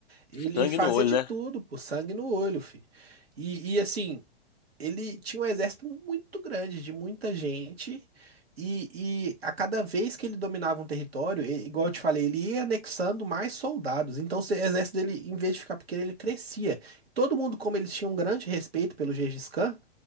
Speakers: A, on the right; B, on the left.
A: Ele
B: sangue
A: fazia
B: no olho,
A: de
B: né?
A: tudo, pô, sangue no olho, filho. E, e assim, ele tinha um exército muito grande, de muita gente, e, e a cada vez que ele dominava um território, e- igual eu te falei, ele ia anexando mais soldados. Então, se- o exército dele, em vez de ficar pequeno, ele crescia. Todo mundo, como eles tinham um grande respeito pelo Gengis Khan,